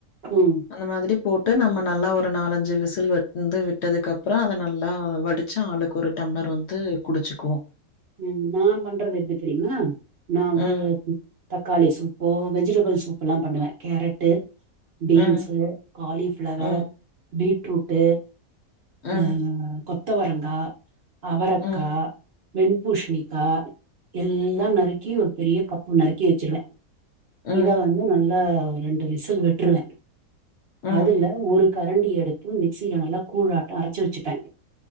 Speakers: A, on the right; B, on the left.
A: ம்
B: அந்த மாதிரி போட்டு நம்ம நல்லா ஒரு நாலஞ்சு விசில் வந்து விட்டதுக்கப்புறோ அத நல்லா வடிச்ச ஆளுக் கொரு டம்ளர் வந்து குடிச்சுக்குவோ
A: உம் நா பண்றது எப்டி தெரியுமா நானு
B: ம்
A: தக்காளி சூப்போ வெஜிடபிள் சூப்புலா பண்ணுவே கேரட்டு பீன்ஸு
B: ம்
A: காலிஃப்ளவர்
B: ம்
A: பீட்ரூட்டு
B: ம்
A: அ கொத்தவரங்கா அவரக்கா
B: ம்
A: வெண்பூஷணிக்கா எல்லா நறுக்கி ஒரு பெரிய கப்பு நறுக்கி வெச்சிருவே
B: ம்
A: இத வந்து நல்லா ரெண்டு விசில் விட்ருவே
B: ம்
A: அதுல ஒரு கரண்டி எடுத்து மிக்சில நல்லா கூழ்ட்டோ அரச்சு வெச்சுப்பே